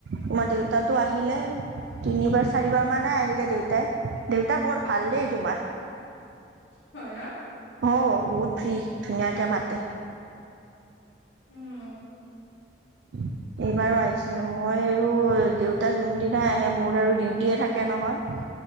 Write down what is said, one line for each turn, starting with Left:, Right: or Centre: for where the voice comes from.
Right: তোমাৰ দেউতাতো আহিলে তিনিবাৰ চাৰিবাৰ মানে আহিলে দেউতাই দেউতা বৰ
Left: উম
Right: ভাল
Left: উম
Right: দেই তোমাৰ
Left: হয় ন
Right: অ বহুত ফ্ৰ্ৰী ধুনীয়াকে মাতে
Left: উম
Right: উম <inaudible> এইবাৰো আহিছে মই আৰু দেউতা যোনদিনাই আহে মোৰ আৰু ডিউটিয়ে থাকে নহয়